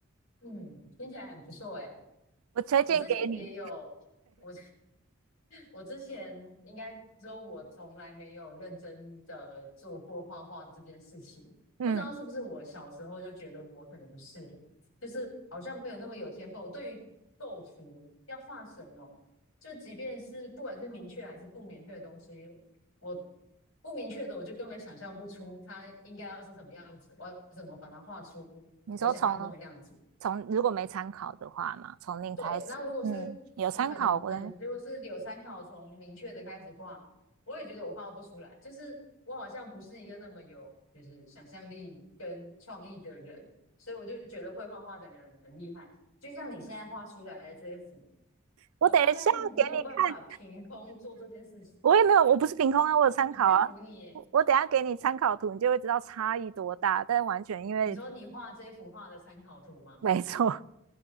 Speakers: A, on the left; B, on the right.
A: 嗯，听起来很不错哎。
B: 我推荐给你，
A: 我之前也有，我。我之前应该说，我从来没有认真的做过画画这件事情。
B: 嗯，
A: 不知道是不是我小时候就觉得我可能不适合，就是好像没有那么有天分。我对于构图要画什么，就即便是不管是明确还是不明确的东西，我不明确的我就根本想象不出它应该要是什么样子，我要怎么把它画出我想象中的样子。
B: 你说从从如果没参考的话嘛，从零开始，
A: 对，那如果是
B: 嗯，有参考过的
A: 很很，如果是有参考从明确的开始画，我也觉得我画不出来，就是我好像不是一个那么有就是想象力跟创意的人，所以我就觉得会画画的人很厉害。就像你现在画出来的这一幅，
B: 我等一下给你看，
A: 我大概没有办法凭空做这件事情，
B: 我也没有，我不是凭空啊，我有参考啊。
A: 很佩服你耶
B: 我我等一下给你参考图，你就会知道差异多大。但完全因为
A: 你说你画这一幅画的参考图吗？
B: 没错，